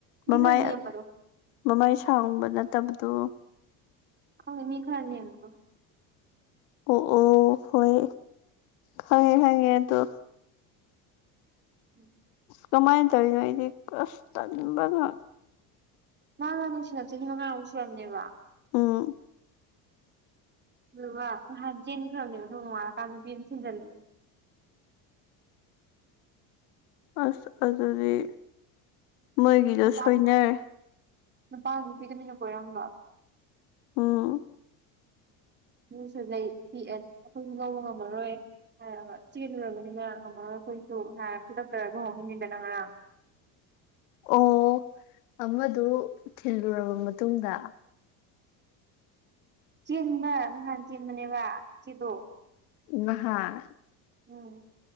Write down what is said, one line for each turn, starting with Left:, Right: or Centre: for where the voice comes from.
Right: ꯃꯤ
Left: ꯃꯃꯥꯢ
Right: ꯈꯔ ꯅꯦꯝꯕꯗꯣ
Left: ꯃꯃꯥꯢ ꯁꯥꯡꯕ ꯅꯠꯇꯕꯗꯣ
Right: ꯈꯪꯉꯦ ꯃꯤ ꯈꯔ ꯌꯦꯝꯕꯗꯣ
Left: ꯑꯣ ꯑꯣ ꯍꯣꯢ ꯈꯉꯦ ꯈꯪꯉꯦ ꯑꯗꯨ
Right: ꯎꯝ
Left: ꯀꯃꯥꯢꯅ ꯇꯧꯔꯤꯅꯣ ꯑꯩꯗꯤ ꯀꯁ ꯇꯟꯕꯅꯥ
Right: ꯃꯥꯒ ꯅꯨꯡꯁꯤꯅꯕ ꯆꯍꯤ ꯃꯉꯥꯃꯨꯛ ꯁꯨꯔꯝꯅꯦꯕ
Left: ꯎꯝ
Right: ꯑꯗꯨꯒ ꯅꯍꯥꯟ ꯆꯦꯟꯈ꯭ꯔꯕꯅꯦꯕ ꯑꯗꯨ ꯅꯣꯡꯉꯥꯜꯂꯀꯥꯟ ꯅꯨꯄꯤ ꯑꯃ ꯊꯤꯟꯖꯜꯂꯛꯏꯌꯦ
Left: ꯑꯁ ꯑꯗꯨꯗꯤ ꯃꯣꯏꯒꯤꯗꯣ
Right: ꯅꯨꯄꯥꯗꯨ
Left: ꯁꯣꯏꯅꯔꯦ
Right: ꯅꯨꯄꯥꯗꯨ ꯅꯨꯄꯤ ꯇꯨꯃꯤꯟꯅ ꯀꯣꯢꯔꯝꯕ
Left: ꯎꯝ
Right: <unintelligible> ꯂꯩ ꯄꯤꯛꯑꯦ ꯑꯩꯈꯣꯢꯁꯨ ꯉꯧꯕ ꯉꯝꯃꯔꯣꯢ ꯍꯥꯢꯔꯒ ꯆꯦꯜꯂꯨꯔꯕꯅꯤ ꯃꯥ ꯉꯝꯃꯔꯣꯢ ꯑꯈꯣꯢꯁꯨ ꯍꯥꯢꯔ ꯈꯨꯗꯛꯇ ꯂꯨꯍꯣꯡꯉꯤꯅꯤꯗꯅ ꯉꯔꯥꯡ
Left: ꯑꯣ ꯑꯃꯗꯨ ꯊꯤꯜꯂꯨꯔꯕ ꯃꯇꯨꯡꯗ
Right: ꯆꯦꯟꯕ ꯅꯍꯥꯟ ꯆꯦꯟꯕꯅꯦꯕ ꯏꯆꯦꯗꯣ
Left: ꯅꯍꯥꯟ
Right: ꯎꯝ